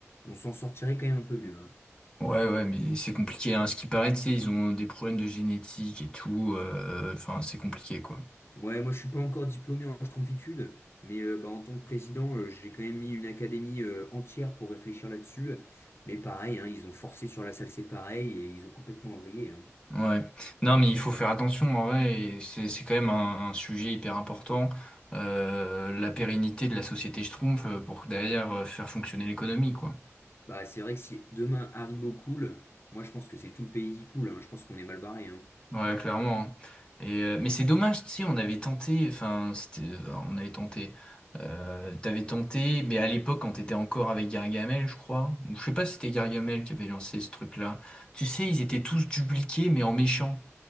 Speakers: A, on the left (about 55°); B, on the left (about 20°).
A: on s'en sortirait quand même un peu mieux. hein.
B: Ouais, ouais, mais c'est compliqué. Hein. Ce qui paraît, tu sais, ils ont des problèmes de génétique et tout. euh, euh, Enfin, c'est compliqué, quoi.
A: Ouais, moi, je suis pas encore diplômé en Schtroumpfitude, mais euh, bah, en tant que président, euh, j'ai quand même mis une académie euh, entière pour réfléchir là-dessus. Mais pareil, hein, ils ont forcé sur la salle, c'est pareil, et ils ont complètement vrillé. hein.
B: Ouais. Non, mais il faut faire attention, en vrai. et C'est c'est quand même un, un sujet hyper important. Euh, la pérennité de la société schtroumpf euh, pour derrière euh, faire fonctionner l'économie, quoi.
A: Bah, c'est vrai que si demain Haribo coule, moi, je pense que c'est tout le pays qui coule. hein. Je pense qu'on est mal barré. hein.
B: Ouais, clairement. hein. Et, euh, mais c'est dommage, tu sais, on avait tenté, enfin, c'était, euh, on avait tenté, euh, t'avais tenté, mais à l'époque, quand t'étais encore avec Gargamel, je crois, ou je sais pas si c'était Gargamel qui avait lancé ce truc-là. Tu sais, ils étaient tous dupliqués, mais en méchant.